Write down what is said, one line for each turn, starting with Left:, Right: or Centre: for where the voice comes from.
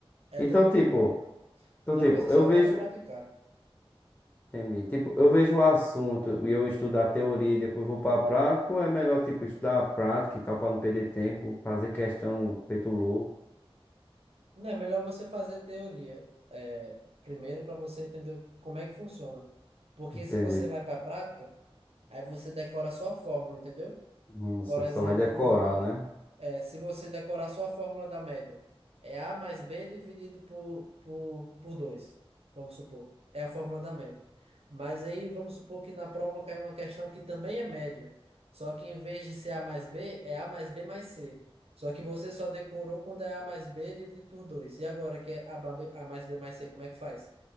Right: É
Left: Então,
Right: tranquilinho.
Left: tipo, então,
Right: O negócio
Left: tipo,
Right: é
Left: eu
Right: só acaba
Left: vejo,
Right: praticar.
Left: entendi. Tipo, eu vejo o assunto e eu estudo a teoria e depois vou pra prática, ou é melhor, tipo, estudar a prática e tal, pra não perder tempo, fazer questão feito louco,
Right: Não é melhor você fazer a teoria é, primeiro para você entender como é que funciona. Porque
Left: entender?
Right: se você vai para a prática, aí você decora só a fórmula, entendeu?
Left: Você
Right: Por exemplo,
Left: só vai decorar, né?
Right: É, se você decorar só a fórmula da média, é A mais B dividido por, por, por dois vamos supor. É a fórmula da média. Mas aí vamos supor que na prova cai uma questão que também é média. Só que em vez de ser A mais B, é A mais B mais C. Só que você só decorou quando é A mais B dividido por dois E agora que é A, ba- B- A mais B mais C, como é que faz?